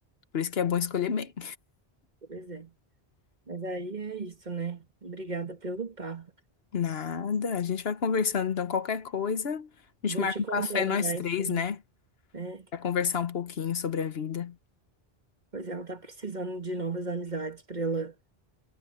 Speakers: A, on the left (about 70°); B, on the right (about 45°).
A: Por isso que é bom escolher bem.
B: pois é. Mas aí é isso, né? Obrigada pelo papo.
A: Nada. A gente vai conversando, então, qualquer coisa, a
B: Vou
A: gente marca
B: te contando
A: um café nós
B: mais,
A: três,
B: sobre,
A: né?
B: né?
A: Pra conversar um pouquinho sobre a vida.
B: Pois ela tá precisando de novas amizades para ela